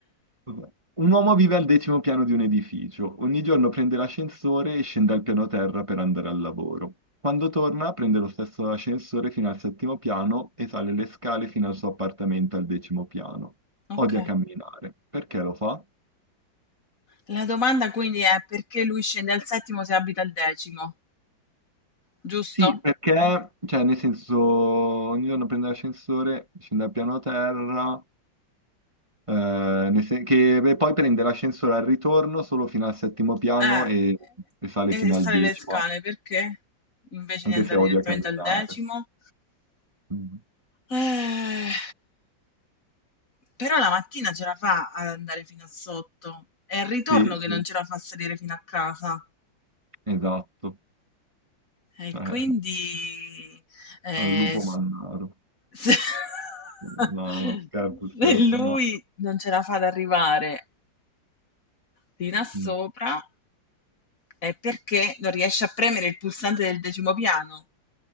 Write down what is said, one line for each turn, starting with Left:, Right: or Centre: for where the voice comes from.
Right: Vabbè. Un uomo vive al decimo piano di un edificio. Ogni giorno prende l'ascensore e scende al piano terra per andare al lavoro. Quando torna, prende lo stesso ascensore fino al settimo piano e sale le scale fino al suo appartamento al decimo piano.
Left: Ok.
Right: Odia camminare. Perché lo fa?
Left: La domanda quindi è perché lui scende al settimo se abita al decimo, giusto?
Right: Sì, perché, cioè, nel senso, ogni giorno prende l'ascensore, scende al piano terra. Eh, nel sen- che beh, poi prende l'ascensore al ritorno solo fino al settimo piano
Left: Eh,
Right: e, e sale
Left: e
Right: fino
Left: sale
Right: al decimo,
Left: le scale perché? Invece
Right: anche
Left: di andare
Right: se odia
Left: direttamente
Right: camminare.
Left: al decimo.
Right: Mm.
Left: Eh, però la mattina ce la fa ad andare fino a sotto. È il ritorno
Right: Sì,
Left: che
Right: sì,
Left: non ce la fa a salire fino a casa.
Right: esatto.
Left: E
Right: Eh,
Left: quindi eh,
Right: al lupo
Left: s-
Right: mannaro.
Left: se,
Right: No,
Left: <laughs>
Right: no, scherzo,
Left: se
Right: scherzo,
Left: lui
Right: no.
Left: non ce la fa ad arrivare fino a sopra,
Right: Mm.
Left: è perché non riesce a premere il pulsante del decimo piano.